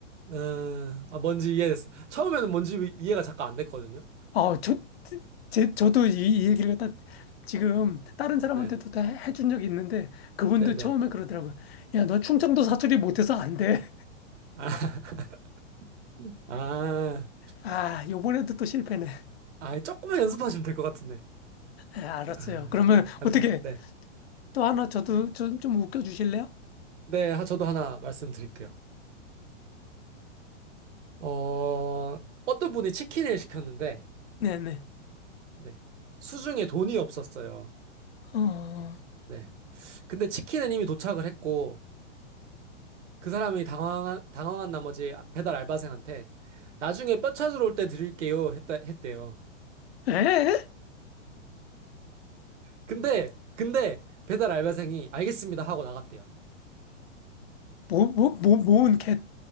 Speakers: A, on the right; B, on the left.
A: 음, 아, 뭔지 이해됐어. 처음에는 뭔지 이해가 잠깐 안 됐거든요.
B: 아, 저, 제, 저도 이, 이 얘기를 갖다 지금 다른 사람한테도
A: 네.
B: 다 해- 해준 적이 있는데 그분도
A: 네네.
B: 처음에 그러더라고요. 야, 너 충청도 사투리 못해서 안 돼.
A: 아, <laughs> 아,
B: 아, 요번에도 또 실패네.
A: 아, 조금만 연습하시면 될 것 같은데.
B: 예 알았어요.
A: 아,
B: 그러면
A: 아,
B: 어떻게
A: 네. 네.
B: 또 하나 저도 좀, 좀 웃겨 주실래요?
A: 네. 아, 저도 하나 말씀드릴게요. 어, 어떤 분이 치킨을 시켰는데,
B: 네네.
A: 네. 수중에 돈이 없었어요.
B: 어, 어.
A: 네. 근데 치킨은 이미 도착을 했고, 그 사람이 당황한, 당황한 나머지 배달 알바생한테 나중에 뼈 찾으러 올 때 드릴게요 했다, 했대요.
B: 에?
A: 근데, 근데 배달 알바생이 알겠습니다 하고 나갔대요.
B: 뭐, 뭐, 뭐, 뭔 개,